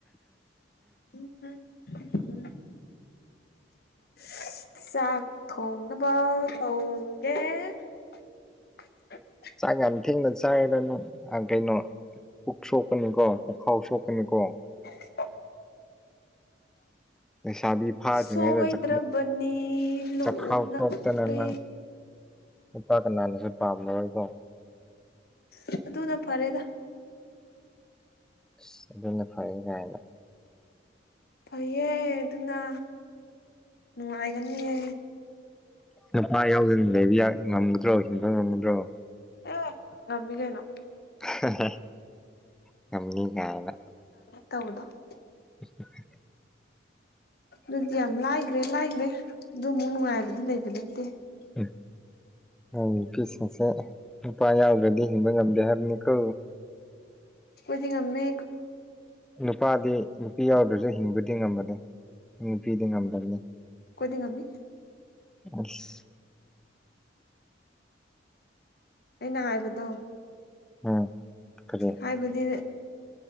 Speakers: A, on the left; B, in the centre.
A: ꯎꯝ ꯍ ꯎꯝ ꯍ ꯍ ꯏꯁ ꯆꯥꯛ ꯊꯣꯡꯅꯕ ꯇꯧꯒꯦ <unintelligible>
B: ꯆꯥꯛ ꯌꯥꯝ ꯊꯦꯡꯅ ꯆꯥꯏꯔꯦꯗ ꯅꯪ ꯑ ꯀꯩꯅꯣ ꯄꯨꯛ ꯁꯣꯛꯄꯅꯤꯀꯣ ꯄꯨꯈꯥꯎ ꯁꯣꯛꯄꯅꯤꯀꯣ
A: <inaudible> <unintelligible>
B: ꯂꯩꯁꯥꯕꯤ ꯐꯥꯗꯤ
A: ꯁꯣꯏꯗ꯭ꯔꯕꯅꯤ
B: ꯉꯩꯗ ꯆ
A: ꯂꯨꯞꯅ
B: ꯆꯈꯥꯎ ꯁꯣꯛꯇꯅ
A: ꯎꯞꯄꯦ
B: ꯅꯪ ꯅꯨꯄꯥ ꯀꯅꯥꯅꯁꯨ ꯇꯥꯝꯅꯔꫭꯏꯀꯣ
A: ꯏꯁ ꯑꯗꯨꯅ ꯐꯔꯦꯗ
B: ꯏꯁ ꯑꯗꯨꯅ ꯐꯔꯦ ꯀꯥꯏꯅ
A: ꯐꯩꯌꯦ ꯑꯗꯨꯅ ꯅꯨꯡꯉꯥꯏꯒꯅꯤꯌꯦ
B: ꯅꯨꯄꯥ ꯌꯥꯎꯗꯅ ꯂꯩꯕ ꯌꯥ ꯉꯝꯒꯗ꯭ꯔꯣ ꯍꯤꯡꯕ ꯉꯝꯃꯗ꯭ꯔꯣ
A: ꯑꯦ ꯉꯝꯃꯤꯀꯩꯅꯣ
B: ꯍꯦ ꯍꯦ ꯉꯝꯅꯤ ꯀꯥꯏꯅ
A: ꯇꯧ ꯕꯗꯣ
B: ꯍꯦ ꯍꯦ ꯍꯦ ꯍꯦ
A: ꯑꯗꯨꯗꯤ ꯌꯥꯝ ꯂꯥꯏꯒ꯭ꯔꯦ ꯂꯥꯏꯒ꯭ꯔꯦ ꯑꯗꯨꯃꯨꯛ ꯅꯨꯡꯉꯥꯏꯕꯗꯤ ꯂꯩꯕ ꯅꯠꯇꯦ
B: ꯍꯦ ꯍꯦ ꯑꯪ ꯅꯨꯄꯤꯁꯤꯡꯁꯦ ꯅꯨꯄꯥ ꯌꯥꯎꯗ꯭ꯔꯗꯤ ꯍꯤꯡꯕ ꯉꯝꯗꯦ ꯍꯥꯏꯕꯅꯤꯀꯣ
A: ꯑꯈꫭꯏꯗꯤ ꯉꯝꯃꯦ
B: ꯅꯨꯄꯥꯗꯤ ꯅꯨꯄꯤ ꯌꯥꯎꯗ꯭ꯔꯖꯨ ꯍꯤꯡꯕꯗꯤ ꯉꯝꯕꯅꯦ ꯅꯨꯄꯤꯗꯤ ꯉꯝꯗꯕꯅꯦ
A: ꯈꫭꯏꯗꯤ ꯉꯝꯃꯤ
B: ꯑꯁ
A: ꯑꯩꯅ ꯍꯥꯏꯕꯗꯣ
B: ꯎꯝ ꯀꯔꯤ
A: ꯍꯥꯏꯕꯗꯤ